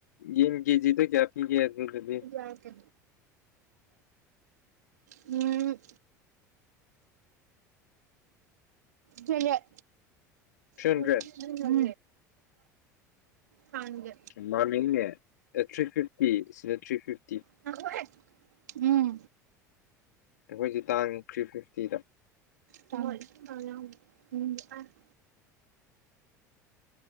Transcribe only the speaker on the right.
ꯌꯥ ꯀꯦ ꯍꯨꯝ ꯎꯝ ꯖꯣꯢꯂꯦꯠ
ꯎꯝ ꯍꯥꯟꯗꯦ
ꯉꯥꯈꯣꯍꯦ ꯎꯝ
ꯆꯥꯎꯋꯦ <unintelligible>